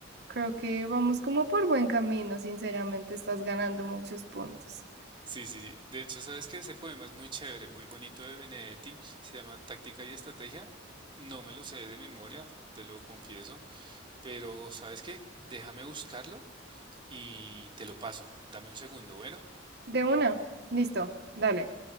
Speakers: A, on the right; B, on the right.
A: Creo que vamos como por buen camino, sinceramente. Estás ganando muchos puntos.
B: Sí, sí, sí. De hecho, sabes que ese poema es muy chévere, muy bonito de Benedetti. Se llama Táctica y Estrategia. No me lo sé de memoria, te lo confieso. Pero, ¿sabes qué? Déjame buscarlo y te lo paso. Dame un segundo, bueno.
A: De una. Listo. Dale.